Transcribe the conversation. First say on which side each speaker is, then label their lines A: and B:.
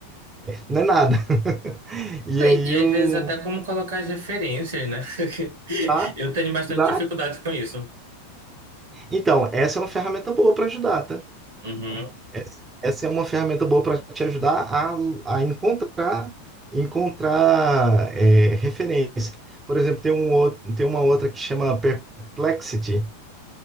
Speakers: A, on the right; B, on the right.
A: não é nada. <laughs> E
B: E,
A: aí
B: e às
A: o...
B: vezes até como colocar as referências, né? <laughs>
A: tá,
B: Eu tenho bastante
A: exato.
B: dificuldade com isso.
A: Então, essa é uma ferramenta boa para ajudar, tá?
B: Uhum,
A: Essa essa é uma ferramenta boa para te ajudar a, a encontrar, encontrar é, referência. Por exemplo, tem um, ou- tem uma outra que chama Perplexity.